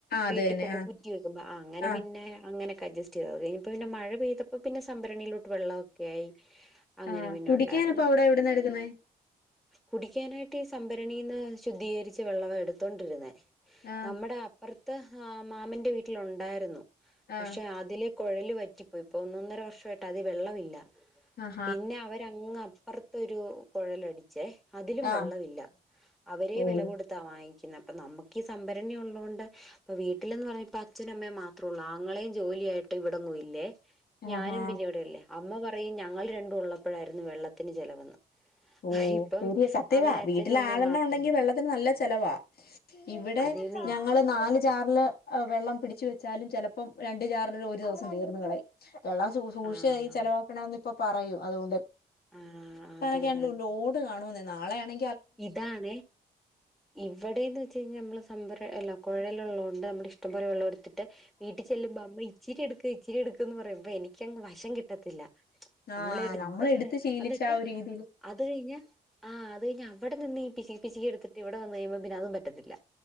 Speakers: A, in the centre; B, on the left (about 70°).
A: വീട്ടിൽ
B: അത് തന്നെ
A: കൊണ്ട്
B: ആഹ്
A: കുറ്റി വെക്കുമ്പം അങ്ങനെ
B: ആഹ്
A: പിന്നെ അങ്ങനൊക്കെ അഡ്ജസ്റ്റ് ചെയ്ത് അത് കഴിഞ്ഞപ്പം പിന്നെ മഴ പെയ്ത അപ്പൊ പിന്നെ സംഭരണിയിലോട്ട് വെള്ളമൊക്കെ ആയി അങ്ങനെ
B: ആഹ്
A: പിന്നെ
B: കുടിക്കാനപ്പ
A: ഉണ്ടാരുന്നു
B: അവിടെ എവിടുന്ന എടുക്കുന്നേ
A: കുടിക്കാനായിട്ട് ഈ സംഭരണീന്ന് ശുദ്ധീകരിച്ച വെള്ളവാ എടുത്തോണ്ടിരുന്നേ
B: ആഹ്
A: നമ്മുടെ അപ്പറ അടുത്ത് ആഹ് മാമന്റെ വീട്ടില് ഉണ്ടായിരുന്നു
B: ആഹ്
A: പക്ഷെ അതില് കുഴല് വറ്റിപ്പോയി ഒന്നൊന്നര വർഷമായിട്ട് അതി വെള്ളമില്ല
B: ആഹ്
A: പിന്നെ അവരങ്ങ് അപ്പുറത്തൊരു കുഴലടിച്ചേ അതിലും
B: ആഹ്
A: വെള്ളമവില്ല അവരീ
B: ഓഹ്
A: വില കൊടുത്താ വാങ്ങിക്കുന്നെ അപ്പം നമ്മുക്കു ക്കീ സംഭരണി ഉള്ളതോണ്ട് ഇപ്പം വീട്ടിലെന്ന് പറഞ്ഞാ ഇപ്പ അച്ഛനും അമ്മയും മാത്രേ ഉള്ളൂ ആങ്ങളയും ജോലിയായിട്ട് ഇവിടൊന്നും പോയില്ലേ ഞാനും
B: ആഹാ
A: പിന്നെ ഇവിടില്ലേ അമ്മ പറയും ഞങ്ങൾ രണ്ടും ഉള്ളപ്പോഴായിരുന്നു വെള്ളത്തിന് ചെലവെന്ന്
B: ഓ
A: ഇപ്പം
B: <unintelligible> സത്യവാ
A: അവര് അച്ഛനും
B: വീട്ടില്
A: അമ്മയും
B: ആളെല്ലാം
A: മാത്രമല്ലേ
B: ഉണ്ടെങ്കി വെള്ളത്തിന് നല്ല ചെലവാ ഇവിടെ
A: അതേന്നേ
B: ഞങ്ങള് നാല് ജാറില് വെള്ളം പിടിച്ച് വെച്ചാലും ചിലപ്പം രണ്ടു ജാറിൽ ഒരു ദിവസം തീർന്നുകളയും വെള്ളം സൂ സൂക്ഷയായി
A: ആഹ്
B: ചെലവാക്കണമെന്ന് ഇപ്പം പറയും അതുകൊണ്ട്
A: ആഹ് അതെ
B: ഇനി
A: അതെ
B: അങ്ങ് ലോഡ് കാണുമെന്നേ നാളെയാണെ
A: ഇതാണേ ഇവിടേന്ന് വെച്ച് കഴിഞ്ഞാൽ നമ്മള് സംഭര അല്ല കുഴലുള്ള കൊണ്ട് നമ്മടെ ഇഷ്ടം പോലെ വെള്ളം എടുത്ത് ത്തിട്ട് വീട്ടിൽ ചെല്ലുമ്പം അമ്മ ഇച്ചിരി എടുക്ക് ഇച്ചിരി എടുക്കന്ന് പറയുമ്പം എനിക്കങ്ങ് വശം കിട്ടത്തില്ല നമ്മള്
B: ആഹ്
A: എടുത്ത്
B: ശീലിച്ച
A: എന്നിട്ടാ
B: ആ ഒരു രീതിയില്
A: അത് കഴിഞ്ഞാ ആഹ് അത് കഴിഞ്ഞാ അവിടെ ന്ന് ഈ പിശുക്കി പിശുക്കി എടുത്തിട്ട് ഇവിടെ വന്ന് കഴിയുമ്പം പിന്നെ അതും പറ്റത്തില്ല